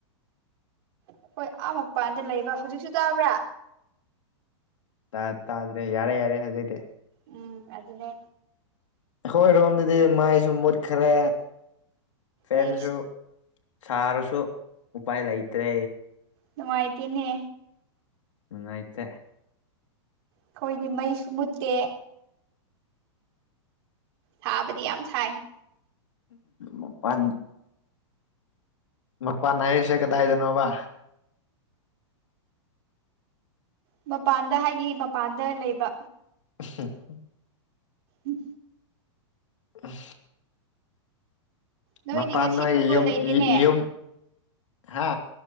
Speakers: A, on the right (about 55°); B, on the left (about 80°).
A: ꯍꯈꯣꯏ ꯑꯥ ꯃꯄꯥꯟꯗ ꯂꯩꯕ ꯍꯧꯖꯤꯛꯁꯨ ꯇꯥꯕ꯭ꯔꯥ
B: ꯇꯥ ꯇꯥꯗ꯭ꯔꯦ ꯌꯥꯔꯦ ꯌꯥꯔꯦ ꯍꯥꯏꯖꯩꯗꯦ
A: ꯎꯝ ꯑꯗꯨ ꯑꯗꯨꯅꯦ
B: ꯍꯣꯏ ꯔꯣꯝꯗꯗꯤ ꯃꯥꯏꯁꯨ ꯃꯨꯠꯈ꯭ꯔꯦ ꯐꯦꯟꯁꯨ
A: ꯑꯩꯁ
B: ꯁꯥꯔꯁꯨ ꯎꯄꯥꯏ ꯂꯩꯇ꯭ꯔꯦ
A: ꯅꯨꯡꯃꯥꯏꯇꯅꯦ
B: ꯅꯨꯡꯉꯥꯏꯇꯦ
A: ꯑꯩꯈꯣꯏꯗꯤ ꯃꯩꯁꯨ ꯃꯨꯠꯇꯦ ꯊꯥꯕꯗꯤ ꯌꯥꯝ ꯁꯥꯏ
B: ꯃꯄꯥꯟ ꯃꯄꯥꯟ ꯍꯥꯏꯔꯤꯁꯦ ꯀꯗꯥꯏꯗꯅꯣꯕ
A: ꯃꯄꯥꯟꯗ ꯍꯥꯏꯗꯤ ꯃꯄꯥꯟꯗ ꯂꯩꯕ
B: ꯎ
A: ꯎꯝ
B: ꯎꯝ
A: ꯅꯣꯏꯗꯤ
B: ꯃꯄꯥꯥꯟꯅꯣꯌꯨꯝꯌꯨꯝ
A: ꯉꯁꯤ ꯐꯨꯠꯕꯣꯜ ꯂꯩꯇꯦꯅꯦ
B: ꯍꯥ